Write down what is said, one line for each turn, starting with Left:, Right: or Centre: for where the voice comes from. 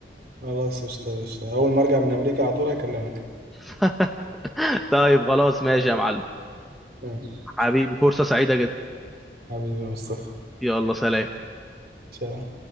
Right: خلاص قشطة يا باشا اول ما ارجع من امريكا على طول هكلمك
Centre: <laughs> طيب خلاص ماشي يا معلم
Right: ماشي
Centre: حبيبي فرصه سعيده جدا
Right: حبيبي يا مصطفى
Centre: يلا سلام
Right: سلام